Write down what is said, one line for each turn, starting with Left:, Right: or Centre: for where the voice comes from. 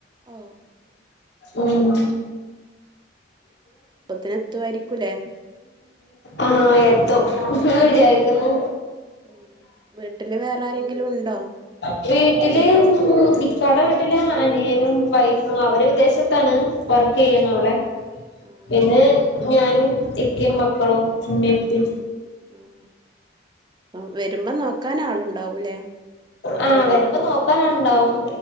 Right: ഓ
Left: ഉം ഉം
Right: അപ്പത്തിന് എത്തുവായിരിക്കൂലേ
Left: ആഹ് എത്തും ഇങ്ങള് വിചാരിക്കുന്നു
Right: ഉം വീട്ടില് വേറെ ആരെങ്കിലും ഉണ്ടോ
Left: വീട്ടില് ഇക്കാടെ വീട്ടില് അനിയനും വൈഫും അവര് വിദേശത്താണ് വർക്ക് ചെയ്യുന്നു
Right: ആഹ്
Left: അവിടെ
Right: ആഹ്
Left: പിന്നെ ഞാനും ഇക്കിം മക്കളും ഇമ്മി ഇപ്പിം
Right: ഉം അ വരുമ്പോ നോക്കാൻ ആളുണ്ടാവൂലേ
Left: ആഹ് വരുമ്പോ നോക്കാന് ആളുണ്ടാവും